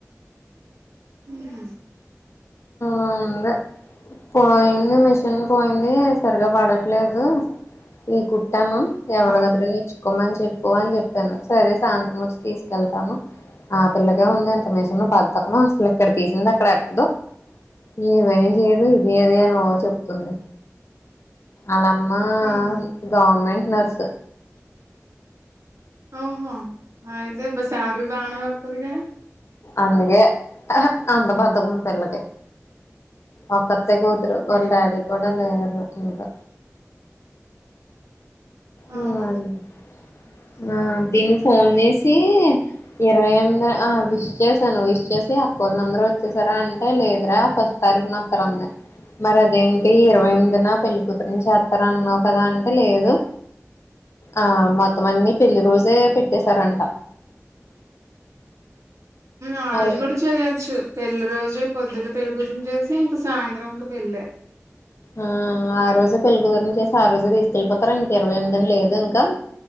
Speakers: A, on the right; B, on the left.
A: ఉహు
B: ఆ ఉంది పోయింది మిషన్ పోయింది సరిగా పడట్లేదు. ఈ కుట్టను
A: ఆ
B: ఎవరి దగ్గరనిచ్చు కొమ్మని చెప్పు అని చెప్పాను సరే సాయంత్రం వచ్చి తీసుకెళ్తాను. ఆ పిల్లకే ఉందంట మిషన్ బద్ద్దకము అసలు ఇక్కడ తీసింది అక్కడ యట్టదు. ఏవని చేయదు ఇది అది అనో చెప్తుంది. అలామ్మ
A: హుహు
B: గవర్నమెంట్ నర్స్.
A: ఓహో అయితే బా సాలరి బానే వతుదిగా.
B: అందుకే అంత బద్ధకం పిల్లకి ఒక్క. అత్తే కూతురు
A: హ్మ్
B: వల్లడాడి <unintelligible> ఇంకా. మ్మ్
A: ఆహా
B: ఆ ఆ దీని ఫోన్ చేసి ఇరవై ఎనిమిది ఆ విష్ చేశాను విష్ చే వచ్చసి అక్కోళ్ళందరుూ వచ్చేసారా అంటే లేదురా ఫస్ట్ తారీఖునొత్తారంది మరి అదేంటి ఇరవై ఎనిమిది నా పెళ్లిికతురిని చేస్తార అన్నావు కదా అంటే లేదు ఆ మొతం అన్నిీ పెళ్లిి రోజే పెట్టేశారంట
A: ఆ
B: అయి
A: రోజు కూడా చేయచ్చు పెళ్లి రోజె పొద్దున్న పెళ్ళగుతుని చేసి ఇంక సాయంత్రం ఇంక పెళ్ళ
B: ఆ ఆ రోజే పెళ్ళికతురిని చేసి ఆ రోజే తీసుకెళ్ళిపోతారా ఇంక ఇరవై ఎనిమిదిని లేదు ఇంకా